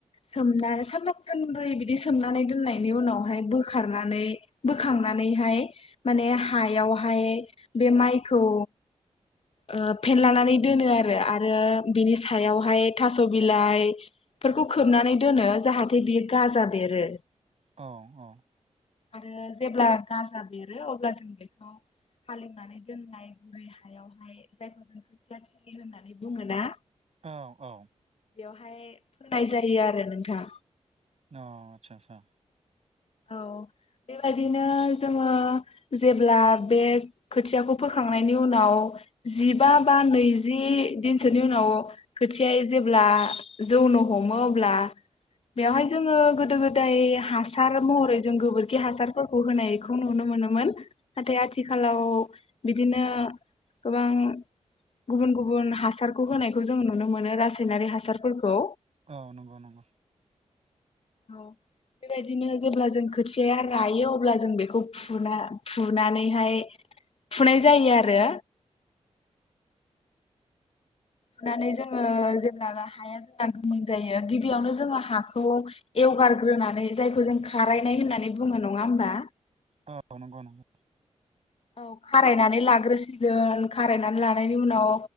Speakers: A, on the left (about 55°); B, on the right (about 60°).
A: सोमना सानथाब सानब्रै बिदि सोमनानै दोननायनि उनावहाय बोखारनानै बोखांनानैहाय माने हायावहाय बे माइखौ ओ फेनलानानै दोनो आरो, आरो बिनि सायावहाय थास' बिलाइ फोरखौ खोबनानै दोनो जाहाथे बियो गाजा बेरो।
B: अ अ
A: आरो जेब्ला गाजा बेरो अब्ला जों बेखौ हालेवनानै दोननाय गुरै हायावहाय जायखौ जों खोथिया थिलि होननानै बुङोना
B: औ औ
A: बेवहाय <unintelligible> जायो आरो नोंथां
B: अ आतसा आसा
A: औ बेबायदिनो जोङो जेब्ला बे खोथियाखौ फोखांनायनि उनाव जिबा बा नैजि दिनसोनि उनाव खोथिया जेब्ला जौनो हमो अब्ला बेवहाय जोङो गोदो गोदाय हासार हासार महरै जों गोबोरखि हासारफोरखौ होनायखौ नुनो मोनोमोन नाथाय आथिखालाव बिदिनो गोबां गुबुन गुबुन हासारखौ होनायखौ जों नुनो मोनो रासायनारि हासारफोरखौ
B: औ नंगौ नंगौ
A: औ बेबायदिनो जेब्ला जों खोथियाया रायो अब्ला जों बेखौ फुना फुनानैहाय फुनाय जायो आरो फुनानै जोङो जेब्लाबा हाया जोंना गोमोन जायो गिबियावनो जोङो हाखौ एवगारग्रोनानै जायखौ जों खारायनाय होननानै बुङो नङा होमबा
B: औ नंगौ नंगौ
A: औ खारायनानै लाग्रोसिगोन खारायनानै लानायनि उनाव